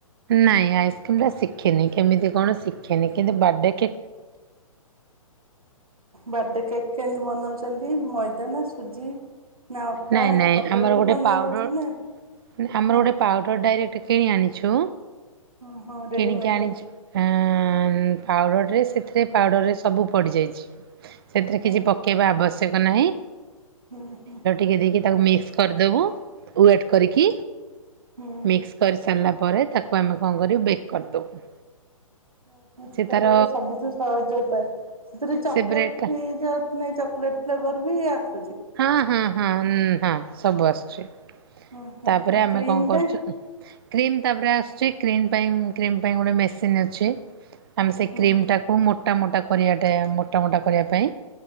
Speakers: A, on the right; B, on the right.
A: ନାଇଁ ଆଇସକ୍ରିମ ରା ଶଖିନି କେମିତି କଣ ଶିଖିନି କିନ୍ତୁ ବାଥଡେ
B: ବର୍ଡେ କେକ କେମିତି ବନଉଚ? ଛନ୍ତି ମଇଦା ନା ସୁଜି। ନା ଅଟା
A: ନାଇଁ ନାଇଁ
B: ଅଟାରେ
A: ଆମର
B: ବି
A: ଗୋଟେ
B: ବନେଇ
A: ପାଉଡର
B: ହଉଛି ନା
A: ଆମର
B: ହଁ
A: ଗୋଟେ ପାଉଡର ଡାଇରେକ୍ଟ ଟେ କିଣି ଆଣିଛୁ
B: ହଁ ହଁ ରେଡିମେଡଟା
A: କିଣିିକି ଆଣିଛି ଆଁ ଆଁ ପାଉଡ଼ରରେ ସେଥିରେ ପାଉଡ଼ରରେ ସବୁ ପଡ଼ିଯାଇଛି ସେଥିରେ
B: ହଁ
A: କିଛି ପକେଇବା ଆବଶ୍ୟକ ଛେକ ନାହିଁ।
B: ହୁଁ ହୁଁ,
A: ଇଏ ଦେଇକି ତାକୁମିକ୍ସ କରିଦବୁ ୱେଟ କରିକିି
B: ହୁଁ
A: ମିକ୍ସ କରିିସାରିଲା ପ ପରେ ତାକୁ ଆମେ କଣ କରିବୁ ବେକ କରିଦେବୁ।
B: ଉଁ
A: ସେ
B: ତେଲେ
A: ତାର
B: ତ ସବୁଠୁ ସହଜ ଉପାୟ ସେଥିରେ ଚକୋଲେଟ
A: ସେ ବ୍ରେଡ଼ଟା
B: ବିଁ ଜ ନାହିଁ ଚକୋଲେଟ ଫ୍ଲେବର ବି ଆସ
A: ହଁ ହଁ ହଁ ନ ହଁ ସବୁ ଆସୁଛି।
B: ହଁ ହଁ
A: ତାପରେ
B: ଆଉ
A: ଆମେ
B: କ୍ରିମଟା
A: କଣ କରୁଛୁ କ୍ରିମ ତାପରେ ଆସୁଛି କ୍ରିମ ପାଇଁ କ୍ରିମ ପାଇଁ ଗୋଟେ ମେସିନ ଅଛି ଆମେ ସେଇ
B: ହୁଁ
A: କ୍ରିମ ଟାକୁ ମୋ ମୋଟା ମୋଟା କରିବାଟେ ମୋଟା ମୋଟା କରିବା ପାଇଁ